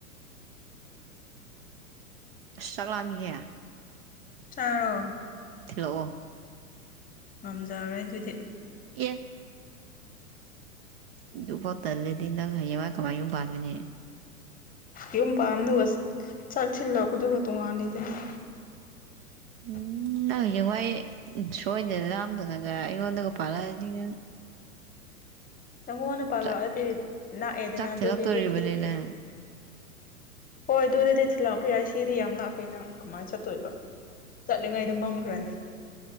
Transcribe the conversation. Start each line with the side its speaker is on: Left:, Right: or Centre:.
Right: ꯆꯒꯂꯃꯤꯍꯦ
Left: ꯆꯂꯣ
Right: ꯈꯂꯑꯣ
Left: ꯉꯝꯖꯔꯔꯦ ꯑꯗꯨꯗꯤ
Right: ꯌꯦ ꯑꯗꯨ ꯄꯥꯎ ꯇꯜꯂꯗꯤ ꯅꯪ ꯍꯌꯦꯡꯋꯥ ꯀꯃꯥꯏ ꯌꯨꯝ ꯄꯥꯟꯒꯅꯤ
Left: ꯌꯨꯝ ꯄꯥꯝꯗꯨꯒ ꯆꯥꯛꯁꯤꯤꯜꯂꯛꯄꯗꯨꯒ ꯇꯣꯉꯥꯟꯜꯂꯤꯗꯅꯤ <unintelligible>
Right: ꯎꯝ ꯅꯪ ꯍꯌꯦꯡꯋꯥꯏ ꯁꯣꯏꯗꯅ ꯌꯥꯝꯝꯗꯅꯒ ꯑꯩꯉꯣꯟꯗꯒ ꯄꯥꯜꯂꯛꯑꯗꯤ ꯅꯪ
Left: ꯅꯪꯉꯣꯟꯗ ꯄꯥꯜꯂꯛꯑꯗꯤ
Right: ꯆꯥꯛ
Left: ꯂꯥꯛꯑꯦꯗꯅ
Right: ꯆꯥꯛ
Left: ꯑꯗꯨꯗꯗꯤ
Right: ꯊꯤꯜꯂꯛꯇꯣꯔꯤꯕꯅꯤ
Left: ꯊꯤꯟꯑꯦ
Right: ꯅꯪ
Left: ꯍꯣꯏ ꯑꯗꯨꯗꯗꯤ ꯊꯤꯜ ꯂꯥꯛꯄ ꯌꯥꯏ ꯁꯤꯗꯤ ꯌꯥꯝ ꯂꯥꯞꯄꯦꯅ ꯀꯃꯥꯏꯅ ꯆꯠꯇꯣꯏꯕ ꯆꯠꯂꯤꯉꯩꯗ ꯃ ꯅꯤ